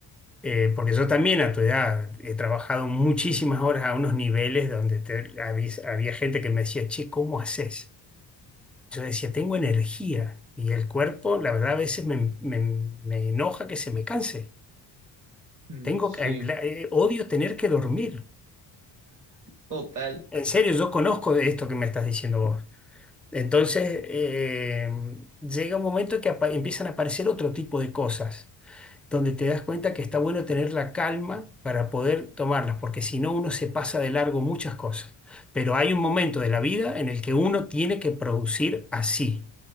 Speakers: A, in the centre; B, on the right.
A: Eh, porque yo también a tu edad he trabajado muchísimas horas a unos niveles donde te- había, había gente que me decía, che, ¿cómo haces? Yo decía, tengo energía y el cuerpo, la verdad, a veces me, me- me enoja que se me canse.
B: Mm,
A: Tengo,
B: Sí,
A: que- eh, la- eh, odio tener que dormir.
B: total.
A: En serio, yo conozco de esto que me estás diciendo vos. Entonces, eh, llega un momento que apa- empiezan a aparecer otro tipo de cosas donde te das cuenta que está bueno tener la calma para poder tomarlas, porque si no uno se pasa de largo muchas cosas. Pero hay un momento de la vida en el que uno tiene que producir así.